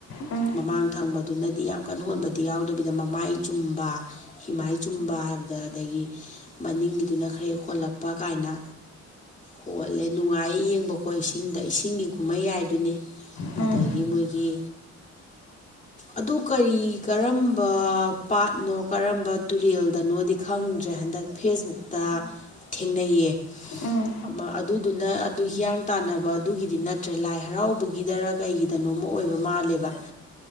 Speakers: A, on the left; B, on the left.
A: ꯎꯝ
B: ꯃꯃꯥꯡ ꯊꯪꯕꯗꯨꯅꯗꯤ ꯌꯥꯝ ꯀꯟ ꯍꯣꯟꯕꯗꯤ ꯌꯥꯎꯗꯕꯤꯗ ꯃꯃꯥꯏ ꯆꯨꯝꯕ ꯍꯤꯃꯥꯏ ꯆꯨꯝꯕ ꯍꯥꯏꯕꯗ ꯑꯗꯒꯤ ꯃꯅꯤꯡꯒꯤꯗꯨꯅ ꯈꯔ ꯍꯦꯛ ꯍꯣꯜꯂꯛꯄ ꯀꯥꯏꯅ ꯍꯣꯜꯂꯦ ꯅꯨꯡꯉꯥꯏꯌꯦ ꯌꯦꯡꯕꯀꯣ ꯏꯁꯤꯡꯗ ꯏꯁꯤꯡꯒꯤ ꯀꯨꯝꯍꯩ ꯍꯥꯏꯗꯨꯅꯤ
A: ꯎꯝ ꯎꯝ
B: ꯑꯗꯒꯤ ꯃꯣꯏꯒꯤ ꯑꯗꯨ ꯀꯔꯤ ꯀꯔꯝꯕ ꯄꯥꯠꯅꯣ ꯀꯔꯝꯕ ꯇꯨꯔꯦꯜꯗꯅꯣ ꯗꯤ ꯈꯪꯗ꯭ꯔꯦ ꯍꯟꯗꯛ ꯐꯦꯁꯕꯨꯛꯇ ꯊꯦꯡꯅꯩꯌꯦ
A: ꯎꯝ
B: ꯑꯃ ꯑꯗꯨꯗꯨꯅ ꯑꯗꯨ ꯍꯤꯌꯥꯡ ꯇꯥꯟꯅꯕ ꯑꯗꯨꯒꯤꯗꯤ ꯅꯠꯇ꯭ꯔꯦ ꯂꯥꯏ ꯍꯔꯥꯎꯕꯒꯤꯗꯔ ꯀꯩꯒꯤꯗꯅꯣ ꯑꯣꯏꯕ ꯃꯥꯜꯂꯦꯕ